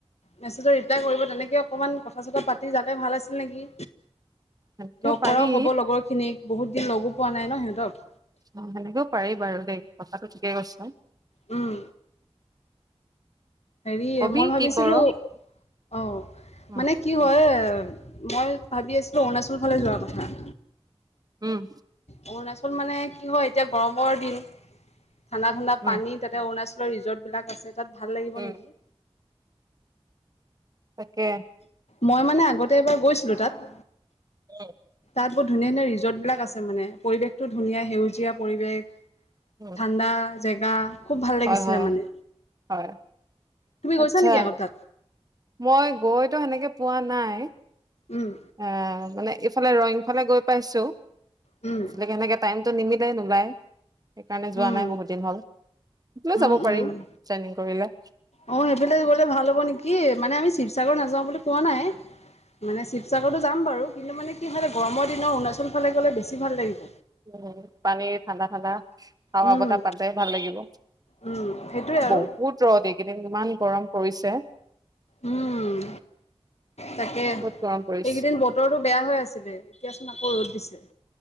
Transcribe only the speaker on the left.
মেছেজৰ ৰিপ্লাই কৰিব, তেনেকে অকণমান কথা চথা পাতি যালে ভাল আছিল নেকি।
লগ
কৰাও হ'ব লগৰখিনিক, বহুত দিন লগো পোৱা নাই ন' সিহঁতক।
উম। সেৰি,
মই ভাবিছিলোঁ,
অ'!
মানে, কি হয়, মই ভাবি আছিলোঁ, অৰুণাচল ফালে যোৱাৰ কথা।
অৰুণাচল মানে, কি হয় এতিয়া, গৰমৰ দিন। ঠাণ্ডা-ঠাণ্ডা
পানীত তাতে, অৰুণাচলৰ ৰিজৰ্টবিলাক আছে। তাত ভাল লাগিব
নেকি!
মই মানে, আগতে এবাৰ গৈছিলোঁ তাত।
তাত, বহুত ধুনীয়া-ধুনীয়া ৰিজৰ্ট বিলাক আছে, মানে! পৰিৱেশতো ধুনীয়া, সেউজীয়া পৰিৱেশ।
ঠাণ্ডা জেগা, খুউব ভাল লাগিছিলে
মানে!
তুমি গৈছা
নেকি আগত তাত
উম
উম
উম
উম
উম
অ'! সেইফালে, গ'লে ভাল হ'ব নেকি! মানে, আমি শিৱসাগৰ নাযাওঁ বুলি কোৱা নাই। মানে, শিৱসাগৰটো যাম বাৰু। কিন্তু মানে, কি হয়, গৰমৰ দিনত অৰুণাচল ফালে গ'লে, বেছি ভাল লাগিব!
উম
উম সেইটোৱে আৰু
উম, তাকে!
এইকেইদিন বতৰটো বেয়া হৈ আছিলে। এতিয়াচোন আকৌ ৰ'দ দিছে।